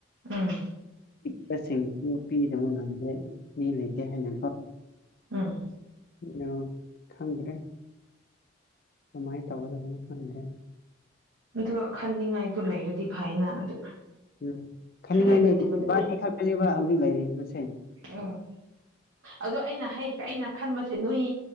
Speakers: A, on the right; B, on the left.
A: ꯎꯝ
B: ꯀꯁꯤꯡꯁꯨ ꯄꯤꯗꯕ ꯃꯜꯂꯦ ꯃꯤ ꯂꯩꯇꯦ ꯍꯥꯏꯅ ꯀꯣ꯫
A: ꯎꯝ꯫
B: ꯑ <unintelligible> ꯈꯪꯗ꯭ꯔꯦ ꯀꯃꯥꯏꯅ ꯇꯧꯒꯗꯕꯅꯣ ꯈꯪꯗ꯭ꯔꯦ꯫
A: ꯑꯗꯣ ꯈꯟꯅꯤꯡꯉꯥꯏꯗꯣ ꯂꯩꯔꯗꯤ ꯐꯥꯏꯌꯦꯅ ꯑꯗꯨ꯫
B: ꯎꯝ ꯈꯅꯤꯡꯉꯥꯏꯗꯤ
A: ꯁꯨꯡꯂꯩ ꯂꯩꯇꯕꯗꯨꯗꯤ
B: ꯏꯕꯅꯤ ꯈꯛꯇꯥꯅꯦꯕ ꯍꯧꯖꯤꯛ ꯂꯩꯔꯤꯕꯁꯦ꯫
A: ꯎꯝ ꯑꯗꯨ ꯑꯩꯅ ꯍꯥꯏꯁꯤ ꯑꯩꯅ꯫ ꯈꯟꯕꯁꯦ ꯅꯣꯏ